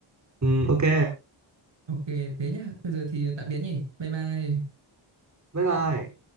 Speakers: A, on the right (about 35°); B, on the right (about 60°).
A: ừ ok
B: ok thế nhá thôi giờ thì tạm biệt nhỉ bye bye
A: bye bye